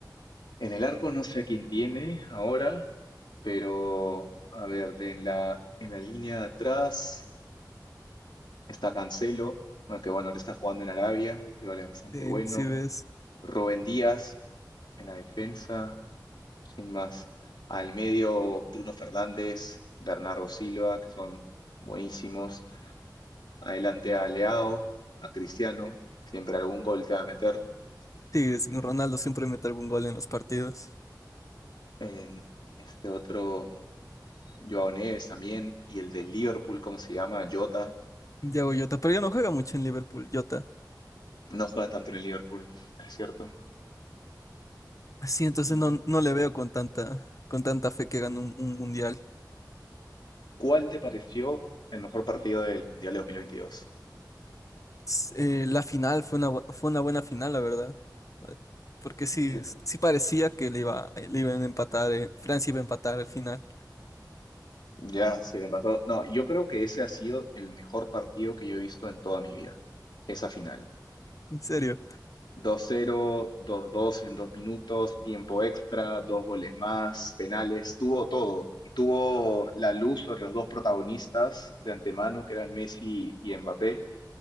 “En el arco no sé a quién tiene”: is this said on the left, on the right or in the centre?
Left